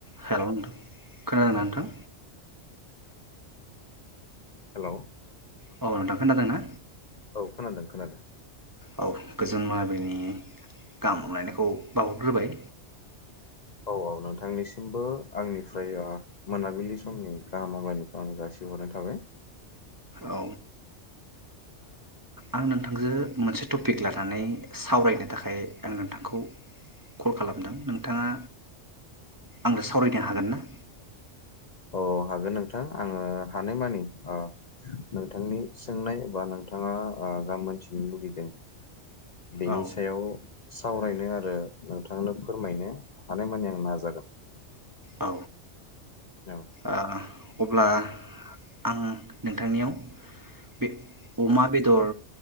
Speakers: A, on the right; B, on the left.
A: हेल' नोंथां खोनादोंना नोंथां
B: हेलौ,
A: औ नोथां खोनादोंना
B: औ खोनादों खोनादों
A: औ गोजोन मोनाबिलिनि गाहाम हामलायनाय खौ बावहरग्रोबाय
B: औ औ नोंथांनिसिमबो आंनिफ्राय आ मोनाबिलि समनि गाहाम हामलायनायखौ आं जासिहरनाय थाबाय
A: औ आ नोंथांजो मोनसे टपिक लानानै सावरायनो थाखाय आं नोंथांखौ कल खालामदों नोंथाङा आंजों सावरायनो हागोन ना?
B: औ हागोन नोंथां आङो हानायमानि ओ नोंथांनि सोंनाय एबा नोंथाङा गाम मोनथिनो लुगैदों। बेनि
A: औ
B: सायाव सावरायनो आरो नोंथांनो फोरमायनो हानायमानि आं नाजागोन
A: औ
B: औ
A: आ अब्ला आं नोंथांनियाव बे अमा बेदर